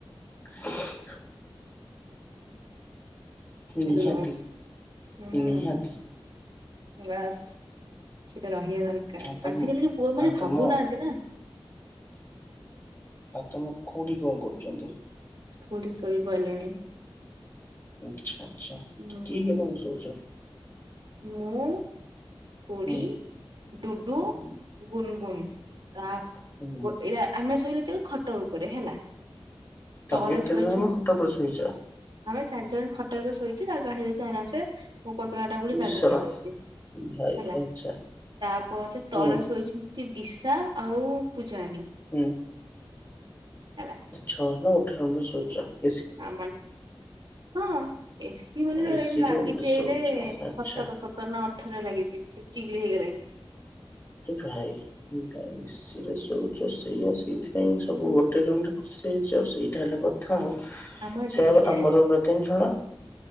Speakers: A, on the left; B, on the right.
A: ହଁ।
B: ହେଲୋ
A: ନିହାତି
B: ହୁଁ
A: ନିହାତି।
B: ବାସ୍ ସେଇଟା ରହିବା ଦରକାର
A: ଆଉ ତମ
B: ଆଜିକାଲିିକା ପୁଅ ମାନେ
A: ଆଉ ତମ
B: ଭାବୁନାହାଁନ୍ତି ନା।
A: ଆଉ ତମ ଖୁଡି କଣ କରୁଛନ୍ତି?
B: ଖୁଡି ଶୋଇ ପଇଲେଣି।
A: ଆଚ୍ଛା ଆଚ୍ଛା
B: ହୁଁ
A: କିଏ କିଏ ତମେ ଶୋଉଛ?
B: ମୁଁ। ଖୁଡୀ,
A: ହୁଁ
B: ଡୁଡୁ,
A: ହୁଁ
B: ଗୁନ୍ ଗୁନ୍ ତାପରେ
A: ହୁଁ
B: ଏଇଆ ଆମେ ଶୋଇଲେ ଯେତେବଳୁ ଖଟ ଉପରେ ହେଲା
A: ତମେ
B: ତଳେ
A: ଏତେ
B: ଶୋଇଛନ
A: ଜଣ ତାପରେ ଶୋଇଛ?
B: ଆମେ ଚାରିଜଣ ଖଟ ଉପରେ ଶୋଇଛୁ ଜାଗା ହେଇଯାଉଛି ଆରାମସ ମୁଁ ପତଳା ଟା ବୋଲି
A: ଈଶ୍ୱର
B: ଜାଗା ହେଇ ଯାଉଛି।
A: ଭାଇ
B: ହେଲା
A: ଆଚ୍ଛା
B: ତାପରେ
A: ହୁଁ
B: ତଳେ ଶୋଇଛନ୍ତି ଦିଶା ଆଉ ପୂଜାନୀ
A: ହୁଁ
B: ହେଲା
A: ଛଅ ନା ଗୋଟେ ରର ଶଉଛ <unintelligible>
B: ଆମର ହଁ ଏକ୍ସ। ହି ମାନେ
A: ଏସି
B: ଏ ଲାଗିଛି
A: ରୁମରେ
B: ଏଇନେ
A: ଶୋଉଛ ଆଚ୍ଛା
B: ସତର ସତର ନା ଅଠରରେ ଲାଗିଛି ସେ ଚିକ ଚିକ ହେଇଗଲାଣି।
A: ଏପାଇ <unintelligible> ଏସିରେ ଶୋଉଛ ସେଇଆ ସେଇଥିପାଇଁ ସବୁ ଗୋଟେ ରୁମ୍ ରେ ଶୋଉଚ ସେଇଟା ହେଲା କଥା ଆଉ
B: ଆମର ଦିଦିଟା
A: ସେଇଆ ପା ଆମର
B: ଏସି
A: ତିନି ଜଣ